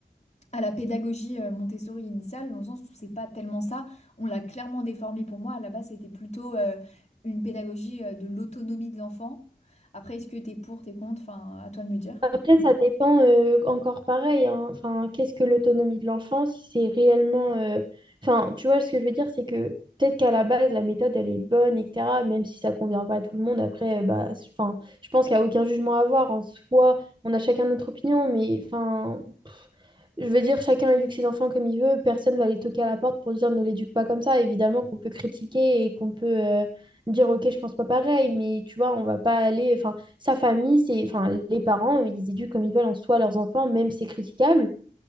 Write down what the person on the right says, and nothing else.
Après, ça dépend euh, encore pareil. hein. Enfin, qu'est-ce que l'autonomie de l'enfant, si c'est réellement. euh, Enfin, tu vois, ce que je veux dire, c'est que peut-être qu'à la base, la méthode, elle est bonne, etc. Même si ça convient pas à tout le monde, après, euh, bah, c- enfin, je pense qu'il n'y a aucun jugement à avoir. En soi, on a chacun notre opinion, mais enfin, pff, je veux dire, chacun éduque ses enfants comme il veut. Personne va les toquer à la porte pour dire ne l'éduque pas comme ça. Évidemment qu'on peut critiquer et qu'on peut euh, dire, ok, je pense pas pareil, mais tu vois, on va pas aller. enfin, sa famille, c'est, enfin, les parents, ils éduquent comme ils veulent en soi leurs enfants, même c'est critiquable.